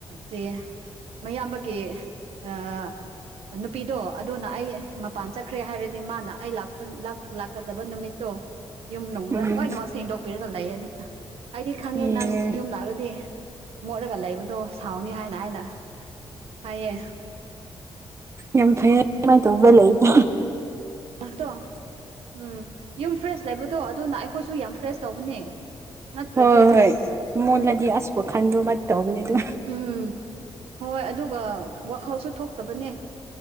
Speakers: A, on the right; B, on the right.
A: ꯆꯦ ꯃꯌꯥꯝꯕꯒꯤ ꯑ ꯅꯨꯄꯤꯗꯣ ꯑꯗꯨꯅ ꯑꯩ ꯃꯄꯥꯟ ꯆꯠꯈ꯭ꯔꯦ ꯍꯥꯏꯔꯗꯤ ꯃꯥꯅ ꯑꯩ ꯂꯥꯛꯄ ꯂꯥꯛꯀꯗꯕ ꯅꯨꯃꯤꯠꯇꯣ ꯌꯨꯝ ꯅꯨꯡꯅ
B: ꯎꯝ
A: ꯂꯣꯏꯅꯃꯛ ꯁꯦꯡꯗꯣꯛꯄꯤꯔꯒ ꯂꯩꯌꯦ ꯑꯗꯨꯅ ꯑꯩꯗꯤ ꯈꯪꯉꯦ
B: ꯑꯦ
A: ꯅꯪ ꯌꯨꯝꯂꯥꯛꯂꯗꯤ ꯃꯣꯠꯂꯒ ꯂꯩꯕꯗꯣ ꯁꯥꯎꯅꯤ ꯍꯥꯏꯅ ꯍꯥꯏꯅ ꯍꯥꯏꯌꯦ
B: ꯌꯥꯝ ꯐꯩꯌꯦ ꯑꯗꯨꯃꯥꯏꯅ ꯇꯧꯕꯗ ꯂꯩꯕꯗꯣ
A: ꯑꯗꯣ ꯎꯝ ꯌꯨꯝ ꯐ꯭ꯔꯦꯁ ꯂꯩꯕꯗꯣ ꯑꯗꯨꯅ ꯑꯩꯈꯣꯏꯁꯨ ꯌꯥꯝ ꯐ꯭ꯔꯦꯁ ꯇꯧꯕꯅꯦ ꯅꯠꯇ꯭ꯔꯗꯤ
B: ꯍꯣꯏ
A: ꯑꯁ
B: ꯍꯣꯏ ꯃꯣꯜꯂꯗꯤ ꯑꯁ ꯋꯥꯈꯟꯗꯣ ꯑꯃ ꯇꯧꯕꯅꯤ ꯑꯗꯨ
A: ꯎꯝ ꯍꯣꯏ ꯑꯗꯨꯒ ꯋꯥꯈꯜꯁꯨ ꯊꯣꯛꯇꯕꯅꯦ